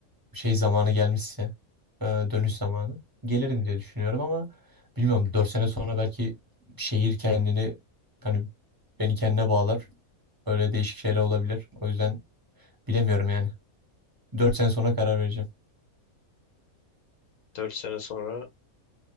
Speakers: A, on the right; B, on the left.
A: şey zamanı gelmişse e, dönüş zamanı gelirim diye düşünüyorum ama bilmiyorum 4 sene sonra belki şehir kendini hani beni kendine bağlar. Öyle değişik şeyler olabilir. O yüzden bilemiyorum yani. dört sene sonra karar vereceğim.
B: dört sene sonra?